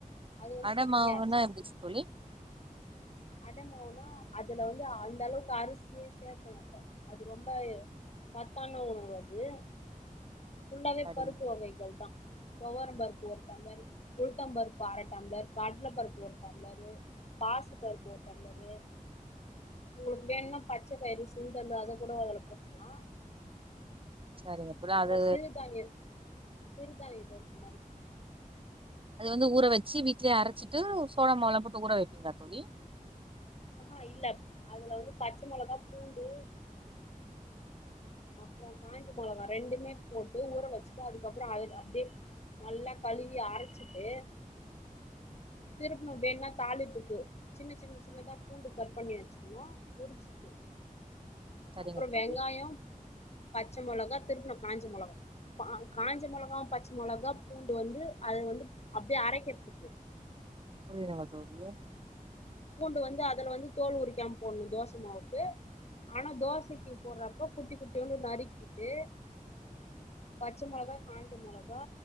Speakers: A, on the left (about 50°); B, on the right (about 40°).
A: அது வந்து
B: அட
A: வீட்லயே
B: மாவுனா
A: அரச்சிப்போ
B: எப்டி தோழி
A: அடமாவு அதுல வந்து அந்த அளவுக்கு அரிசியே சேக்க மாட்டோ அது ரொம்பயே சத்தான உணவு அது
B: <inaudible>
A: புல்லாவே
B: சரிங்க
A: பருப்பு வகைகள் தா தொவரம் பருப்பு ஒரு டம்ளர் உளுத்தம் பருப்பு அர டம்ளர் கட்ல பருப்பு ஒரு டம்ளரு பாசிப்பருப்பு ஒரு டம்ளரு உங்களுக்கு வேணுனா பச்சப்பயறு சுண்டலு அத கூட அதுல போட்டுக்கலா
B: சரிங்க தோழி அது
A: அதா சிறுதானிய சிறுதானிய தோச மாரி
B: அது வந்து ஊற வச்சு வீட்லையே அரைச்சிட்டு சோள மாவு எல்லா போட்டு ஊற வப்பீங்களா தோழி
A: ஆஹ இல்ல அதுல வந்து பச்ச மொளகா பூண்டு அப்புற காஞ்ச மொளக ரெண்டுமே போட்டு ஊற வச்சுட்டு அதுக்கப்புற அது அப்டியே நல்லா கழுவி அரச்சிட்டு திருப்பணு வேணுனா தாளிப்புக்கு சின்ன சின்ன சின்னதா பூண்டு கட் பண்ணி வச்சுக்கணு பொரிச்சிட்டு
B: <inaudible>
A: அப்றொ
B: தோழி
A: வெங்காய பச்ச மொளகா திருப்பண காஞ்ச மொளகா கா காஞ்ச மொளகாவு பச்ச மொளகா பூண்டு வந்து அது வந்து அப்டியே அரைக்கறதுக்கு
B: புரியுதுங்களா தோழி
A: பூண்டு வந்து அதுல வந்து தோல் உரிக்காம போடணு தோச மாவுக்கு ஆனா தோசைக்கு போடுறப்ப குட்டி குட்டியோன்னு நறுக்கிட்டு பச்சை மிளகா காஞ்ச மொளகா